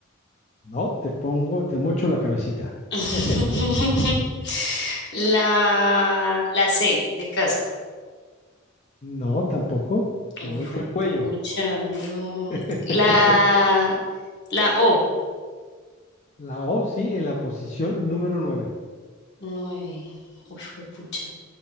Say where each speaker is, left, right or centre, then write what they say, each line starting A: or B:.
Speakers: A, on the left (about 35°); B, on the left (about 55°).
A: No, te pongo, te mocho la cabecita.
B: <laughs>
A: <laughs>
B: La, la C de casa.
A: No, tampoco. Te
B: Uy,
A: mocho el cuello.
B: pucha, no.
A: <laughs>
B: La, la O.
A: La O sí en la posición número nueve
B: 9. Uy, pucha.